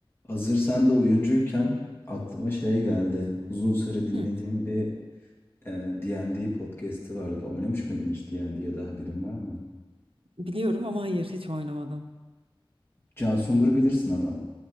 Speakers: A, on the left; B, on the right.
A: Hazır sen de oyuncuyken aklıma şey geldi. Uzun süre dinlediğim
B: Hı,
A: bir e, D&D podcast'i vardı. Oynamış mıydın hiç D&D ya da haberin var mı?
B: biliyorum ama hayır hiç oynamadım.
A: Can Sungur'u bilirsin ama.